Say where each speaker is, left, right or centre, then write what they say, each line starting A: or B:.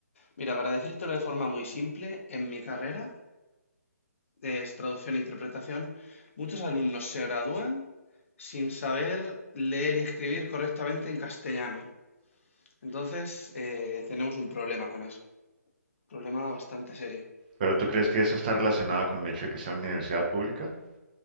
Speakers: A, on the left; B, on the right.
A: Mira, para decírtelo de forma muy simple, en mi carrera, que es traducción e interpretación, muchos alumnos se gradúan sin saber leer y escribir correctamente en castellano. Entonces, eh, tenemos un problema con eso, problema bastante serio.
B: ¿Pero tú crees que eso está relacionado con el hecho de que sea una universidad pública?